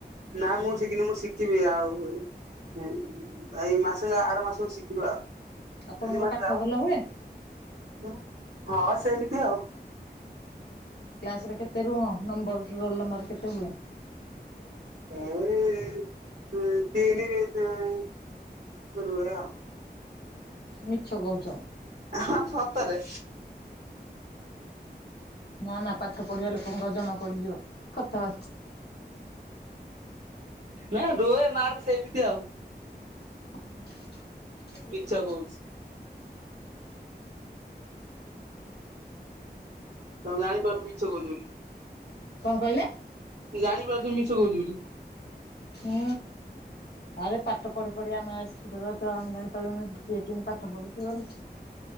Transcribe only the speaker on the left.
ଆପଣଙ୍କର
ପାଠ
ଭଲ ହୁଏ?
କ୍ଲାସ୍ ରେ କେତେ ରୁହ ନମ୍ବର ରୋଲ ନମ୍ବର କେତେ ହୁଏ?
ମିଛ କହୁଚ।
ନାଁ ନାଁ ପାଠ ପଢିବା ଲୋକଙ୍କ ଜଣା ପଡିଯିବ କଥା।
<unintelligible> ରୋଷେଇ ତମେ
ତ
ରୋଷେଇ କରୁଚ ଆଉ କଣ ଖବର ସବୁ କୁହ।
କଣ କହିଲେ?
ହୁଁ ଆରେ ପାଠ ପଢି ପଢି ଆମେ ଆ କି ପମେ ଜାଣିପ କିଏ କିମି ପାଠ ପଢୁଛି ବୋଲି।